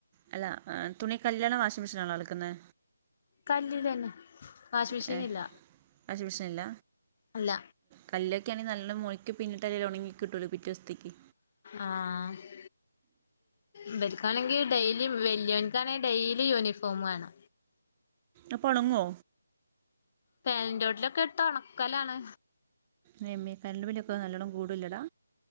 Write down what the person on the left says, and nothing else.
കല്ലിൽ ലന്നെ വാഷിങ് മെഷീൻ
ഇല്ല
അല്ല
ആഹ് ഇവൽക്കാണെങ്കിൽ ഡെയിലി വല്ല്യോൻക്കാണെങ്കിൽ ഡെയിലി യൂണിഫോമാണ്
ഫാന്റോട്ടിലൊക്കെ ഇട്ട് ഒണക്കലാണ്